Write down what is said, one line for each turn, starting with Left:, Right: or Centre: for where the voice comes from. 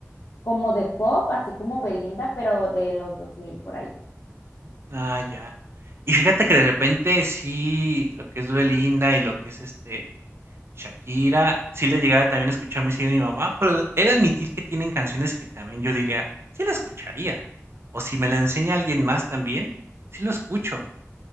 Left: como de pop, así como Belinda, pero de los 2000 por ahí.
Right: Ah, ya. Y fíjate que de repente sí, lo que es Belinda y lo que es, este, Shakira, sí le llegaba también a escuchar muy seguido a mi mamá, pero he de admitir que tienen canciones que también yo diría, sí la escucharía, o si me la enseña alguien más también, sí lo escucho,